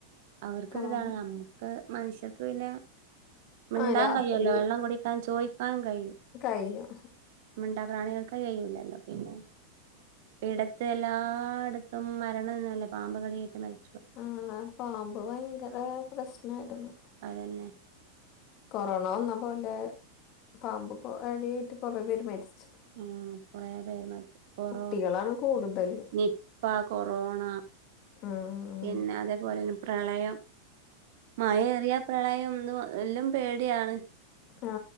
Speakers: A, on the right; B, on the left.
A: അവർക്കര്താണ്
B: പാമ്പ്
A: നമ്മുക്ക് മനുഷ്യർക്ക് പിന്നെ. മിണ്ടാൻ
B: ആഹ് രാത്രി
A: കയ്യോലാ, വെള്ളം കുടിക്കാൻ ചോയിക്കാനും കയും.
B: കയ്യും.
A: മിണ്ടാ പ്രാണികൾക്ക് കയ്യൂല്ലല്ലോ പിന്നെ, ഈടത്ത് എല്ലാട്ത്തും മരണന്നല്ലെ പാമ്പ്കടിയേറ്റ് മരി
B: ആ പാമ്പ് ഭയങ്കര പ്രശ്നായിര്ന്നു.
A: അതെന്നെ.
B: കൊറോണ വന്നപോലെ പാമ്പ്കൊ കടീയേറ്റു കൊറേ പേര് മരിച്ചു.
A: ഉം അതെ <unintelligible> കൊറേ
B: കുട്ടികളാണ് കൂടുതല്.
A: നിപ്പ, കൊറോണ,
B: ഉം
A: പിന്ന അതേപോലെന്നെ പ്രളയം. മഴേറിയാ പ്രളയം ന്നും എല്ലം പേട്വാണ്
B: ആ